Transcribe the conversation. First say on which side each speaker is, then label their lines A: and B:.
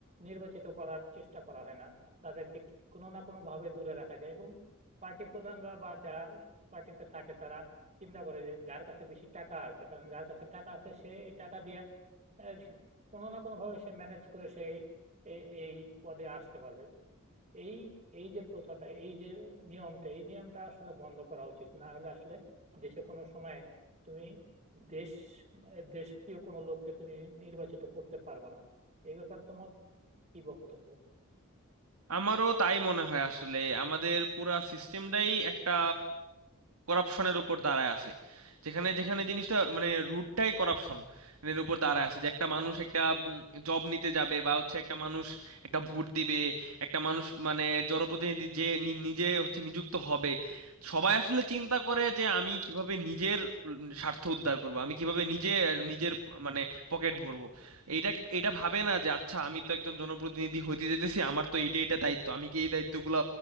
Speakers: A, on the right; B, on the right.
A: নির্বাচিত করার চেষ্টা করা হয় না তাদেরকে কোনো না কোনো ভাবে দূরে রাখা যায় এবং পার্টি প্রধানরা বা যারা পার্টিতে থাকে তারা চিন্তা করে যে যার কাছে বেশি টাকা আছে কারণ যার কাছে টাকা আছে সে এই টাকা দিয়ে আহ, কোনো না কোনো ভাবে সে ম্যানেজ করে সেই এই এই পদে আসতে পারবে এই এই যে প্রথাটা এই যে নিয়মটা এই নিয়মটা আসলে বন্ধ করা উচিত না হলে আসলে দেশে কোনো সময় তুমি দেশ দেশপ্রিয় কোনো লোককে তুমি নির্বাচিত করতে পারবে না এই ব্যাপারে তোমার কি বক্তব্য
B: আমারও তাই মনে হয় আসলে আমাদের পুরা সিস্টেমটাই একটা করাপশনের উপর দাঁড়ায় আছে যেখানে যেখানে জিনিসটা মানে রুটটাই করাপশন এর উপর দাঁড়ায় আছে যে একটা মানুষ একটা জব নিতে যাবে বা হচ্ছে একটা মানুষ একটা ভোট দিবে একটা মানুষ মানে জনপ্রতিনিধি যে নি- নিজে হচ্ছে নিযুক্ত হবে সবাই আসলে চিন্তা করে যে আমি কিভাবে নিজের উম, স্বার্থ উদ্ধার করব আমি কিভাবে নিজে নিজের মানে পকেট ভরবো এইটা এটা ভাবে না যে আচ্ছা আমি তো একজন জনপ্রতিনিধি হতে যেতেছি আমার তো এইটা এটা দায়িত্ব আমি কি এই দায়িত্বগুলো